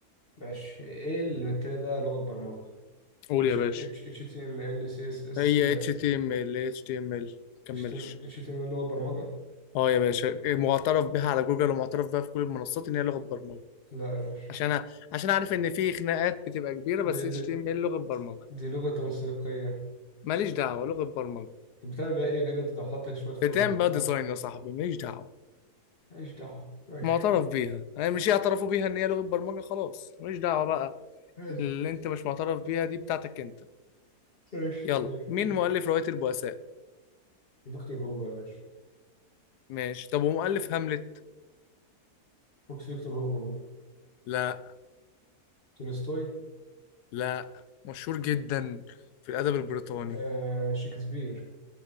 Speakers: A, on the left (about 35°); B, on the left (about 85°).
A: ماشي ايه اللي بالتالي ده لغة برمجة
B: قول
A: اتش
B: يا باشا
A: اتش اتش تي ام ال سي اس اس
B: هي HTML HTML كملش
A: اتش تي ام اتش تي ام لغة برمجة
B: اه يا باشا إيه، معترف بها على جوجل ومعترف بها في كل المنصات ان هي لغه برمجه
A: لا يا باشا
B: عشان أ... عشان اعرف ان في خناقات بتبقى كبيره بس
A: دي
B: HTML
A: دي
B: لغه برمجه
A: دي لغة تنسيقية
B: ماليش دعوه لغه برمجه
A: طب بتعمل بيها ايه غير انت تحط شوية فورم
B: بتعمل
A: وبتاع
B: بقى ديزاين يا صاحبي ماليش دعوه
A: ماليش دعوة ماشي
B: معترف بيها يعني مش يعترفوا بيها ان هي لغه برمجه خلاص ماليش دعوه بقى
A: ماشي
B: اللي انت مش معترف بيها دي بتاعتك انت
A: ماشي
B: يلا
A: ماشي
B: مين
A: ماشي
B: مؤلف روايه البؤساء
A: فيكتور هوجو يا باشا
B: ماشي طب ومؤلف هاملت
A: فوكس فيكتور هوجو بقى
B: لا
A: تولستوي
B: لا مشهور جدا في الأدب البريطاني
A: آه شكسبير